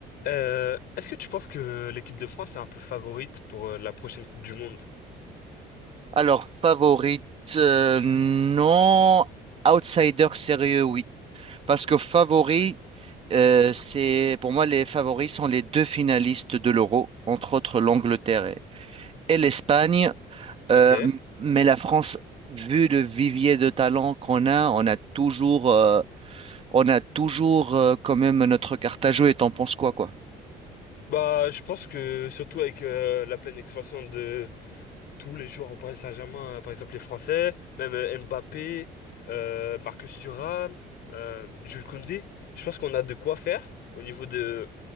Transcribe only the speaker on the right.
Alors, favorite, euh, non. Outsider sérieux, oui. Parce que favori, euh, c'est, pour moi, les favoris sont les deux finalistes de l'Euro, entre autres l'Angleterre et, et l'Espagne. Euh,
m- mais la France, vu le vivier de talent qu'on a, on a toujours, euh, on a toujours euh, quand même notre carte à jouer. Et t'en penses quoi, quoi?